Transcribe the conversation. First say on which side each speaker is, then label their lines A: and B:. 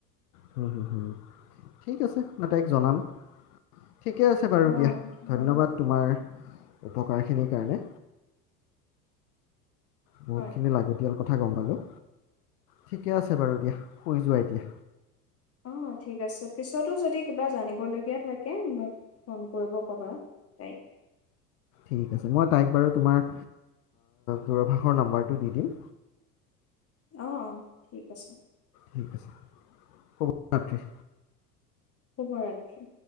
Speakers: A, on the left; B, on the left.
A: হম হ। ঠিক আছে। মই তাইক জনাম। ঠিকে আছে বাৰু
B: অঁ
A: দিয়া
B: জনাবাচোন
A: ধন্যবাদ তোমাৰ উপকাৰখিনিৰ কাৰণে বহুত
B: হয়
A: খিনি লাগতিয়াল কথা গম পালোঁ ঠিকে আছে বাৰু দিয়া শুই যোৱা এতিয়া
B: অ ঠিক আছে পিছতো যদি কিবা জানিবলগীয়া থাকে মোক ফোন কৰিব ক'বা তাইক
A: ঠিক আছে মই তাইক বাৰু তোমাৰ দুৰভাষৰ নাম্বৰটো দি দিম
B: অ অ ঠিক আছে
A: ঠিক আছে শুভৰাত্ৰি
B: শুভৰাত্ৰি